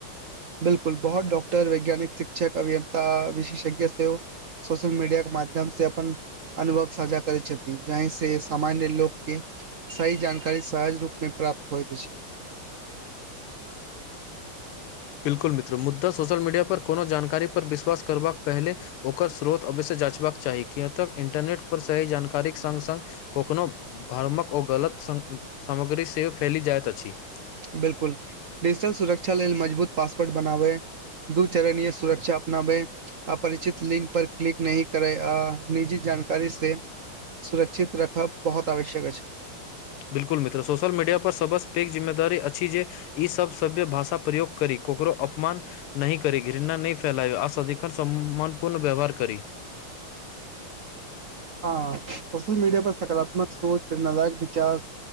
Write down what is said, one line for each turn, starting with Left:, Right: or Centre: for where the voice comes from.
Right: बिलकुल बहुत डॉकटर वैज्ञानिक शिक्षक अभियन्ता विशेषज्ञ सेहो सोशल मीडिया के माध्यम से अपन अनुभव साझा करैत छथि जहि से सामान्य लोकके सही जानकारी सहज रूप मे प्राप्त प्राप्त होइत अछि
Left: बिल्कुल मित्र मुद्दा सोशल मीडिया पर कोनो जानकारी पर विश्वास करबाक पहिल ओकर स्रोत अवश्य जाँचबाक चाही किए तक इंटरनेट पर सही जानकारीक सङ्ग सङ्ग कखनो भ्रमक ओ गलत सामग्री से फैल जाइत अछि
Right: बिलकुल डिजिटल सुरक्षा लेल मजबूत पासवर्ड बनाबै दूचरणीय सुरक्षा अपनाबे अपरिचित लिंक पर क्लिक नहि करे आ निजी जान जानकारी से सुरक्षित रखब बहुत आवश्यक अछि
Left: बिल्कुल मित्र सोशल मीडिया पर सबसे पैघ जिम्मेदारी छी जे ई सभ सभ्य भाषा प्रयोग करी ककरो अपमान नहि करी घृणा नहि फ फैलायब आ सदिखन सम्मान पूर्ण व्यवहार करी
Right: हँ सोशल मीडिया पर सकारात्मक सोच प्रेरणादायक विचार